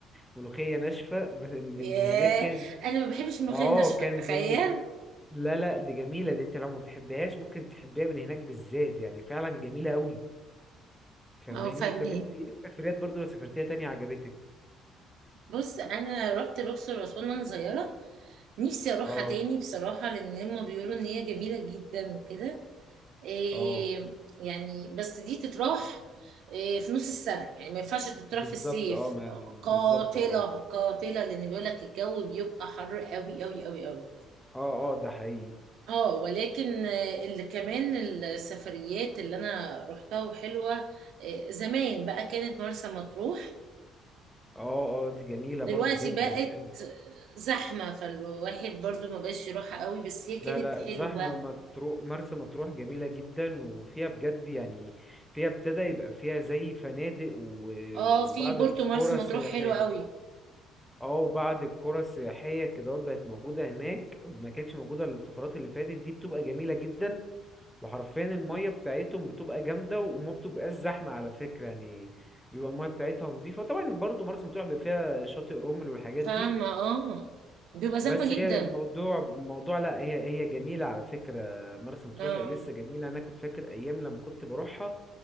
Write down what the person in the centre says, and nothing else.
ملوخية ناشفة <laughs> من
من هناك كانت
اه
كانت
جميلة لا لا دي جميلة دي انت لو ما بتحبهاش ممكن تحبيها من هناك بالذات يعني فعلا جميلة قوي فاهماني
طب انت ايه السفريات برضو لو سافرتيها تانية عجبتك
اه
اه
بالظبط
اه ما
بالظبط اه
اه اه ده حقيقي
اه اه دي جميلة برضو
جدا
يعني
لا
لا
زحمة مطروح مرسى مطروح جميلة جدا وفيها بجد يعني فيها ابتدى يبقى فيها زي فنادق و- وبعض
القرى
سياحية
اه وبعد القرى السياحية كده بقت موجودة هناك ما كانتش موجودة الفترات اللي فاتت دي بتبقى جميلة جدا وحرفيا المية بتاعتهم بتبقى جامدة وما بتبقاش زحمة على فكرة يعني بيبقى المية بتاعتها نظيفة طبعا برضو مرسى مطروح بيبقى فيها شاطئ رمل والحاجات
دي
بس
هي الموضوع الموضوع لا هي هي جميلة على فكرة مرسى مطروح
لسه جميلة أنا كنت فاكر أيام لما كنت بروحها